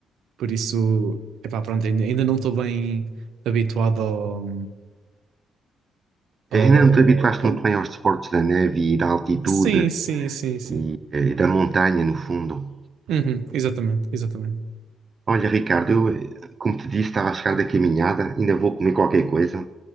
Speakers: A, on the right; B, on the right.
A: Por isso, epá, pronto, ainda, ainda não estou bem habituado ao, ao...
B: Ainda não te habituaste
A: pronto.
B: muito bem aos desportos da neve e da altitude
A: Sim, sim, sim, sim.
B: e, eh, da montanha, no fundo.
A: Uhum, exatamente, exatamente.
B: Olha, Ricardo, eu, eh, como te disse, estava a chegar da caminhada, ainda vou comer qualquer coisa,